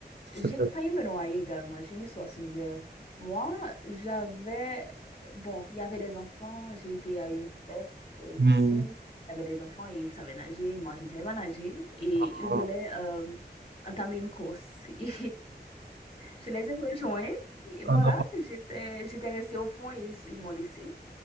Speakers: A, on the right; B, on the left.
A: C'est
B: J'ai
A: ça.
B: failli me noyer également. J'ai une histoire similaire. Moi, j'avais... Bon, il y avait des enfants. J'ai été à une fête, euh,
A: Hmm.
B: piscine. Il y avait des enfants et ils savaient nager. Moi, je ne savais pas nager. Et
A: Oh
B: ils voulaient euh, entamer une course. <laughs> Et je les ai rejoints. Et voilà,
A: oh non.
B: j'étais j'étais restée au fond et ils, ils m'ont laissée.